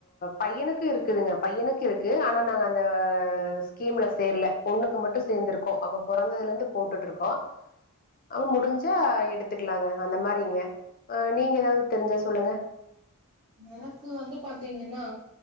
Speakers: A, on the left (about 40°); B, on the right (about 20°).
A: பையனுக்கு இருக்குதுங்க பையனுக்கு இருக்கு ஆனா நாங்க அந்த ஸ்கீம்ல சேரல பொண்ணுக்கு மட்டும் சேர்ந்திருக்கோம் அவ பிறந்ததுல இருந்து போட்டுட்டு இருக்கோம் அ முடிஞ்சா எடுத்துக்கலாங்க அந்த மாதிரிங்க அஹ நீங்க ஏதாவது தெரிஞ்சா சொல்லுங்க
B: எனக்கு வந்து பாத்தீங்கன்னா